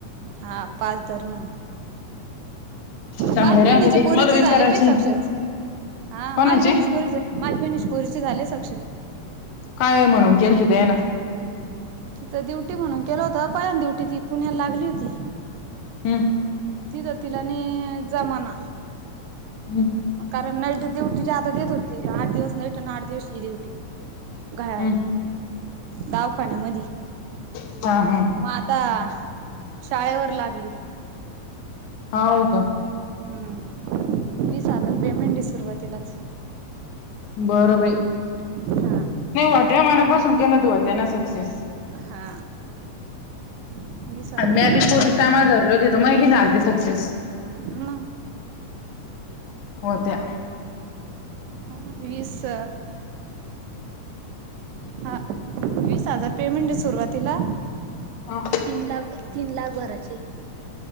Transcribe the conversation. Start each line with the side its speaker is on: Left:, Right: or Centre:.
Right: हा पाच धर म्हण.
Left: चांगले
Right: माझ्या
Left: राहते
Right: बहिणीच्या
Left: ते
Right: पोरीचे
Left: मला बी
Right: झाले
Left: करायचे
Right: बाई सक्सेस, हा
Left: कोणाचे
Right: माझी बहिणीच्या पोरीचे माझे बहिणीचे पोरीचे झाले सक्सेस.
Left: काय म्हणून केलती त्यांनं?
Right: तिथं डुटी म्हणून केलं होत, पहिल्यांदा ड्यूटी ती पुण्याला लागली होती.
Left: हम्म.
Right: तिथ तीला ने जमना
Left: हम
Right: कारण नाईट डयुटी जादा देत होती आठ दिवस नाईट आणि आठ दिवस ही ड्युटी घा
Left: हम्म
Right: दवाखान्यामधी
Left: हा, हा
Right: म आता शाळेवर लागली
Left: हाव का
Right: हम्म वीस हजार पेमेंटे सुरुवातीलाच
Left: बरं बाई नाही
Right: हा
Left: हो त्या मनापासून केलं तू त्याना सक्सेस
Right: हा वीस हजार
Left: आणि मी आधी पोरी
Right: चालेल
Left: कामाला धरले होते तिथे मै बी झालते सक्सेस
Right: म
Left: होत्या
Right: हा इ स हा वीस हजार पेमेंट सुरुवातीला
Left: ह
Right: तीन लाख, तीन लाख भराचे